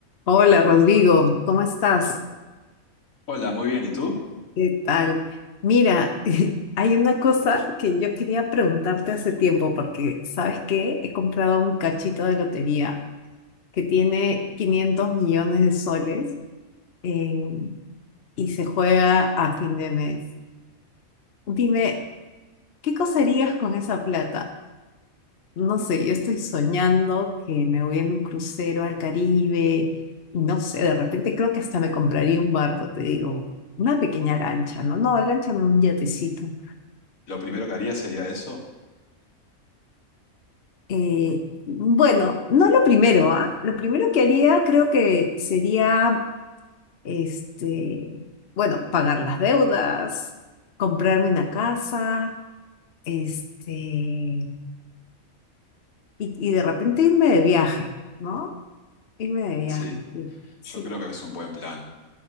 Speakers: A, on the left; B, on the left.
A: Hola Rodrigo, ¿cómo estás?
B: Hola, muy bien. ¿Y tú?
A: ¿Qué tal? Mira, <laughs> hay una cosa que yo quería preguntarte hace tiempo porque, ¿sabes qué? He comprado un cachito de lotería que tiene 500 millones de soles en- y se juega a fin de mes. Dime, ¿qué cosa harías con esa plata? No sé, yo estoy
B: Mm,
A: soñando que me voy en un crucero al Caribe. No sé, de repente creo que hasta me compraría un barco, te digo, una pequeña lancha, ¿no? No, lancha no, un yatecito.
B: Lo primero que haría sería eso.
A: Eh, bueno, no lo primero, ¿ah? Lo primero que haría creo que sería, este, bueno, pagar las deudas, comprarme una casa, este, y, y de repente irme de viaje, ¿no? Irme de viaje.
B: Sí,
A: Sí, Sí.
B: yo creo que es un buen plan.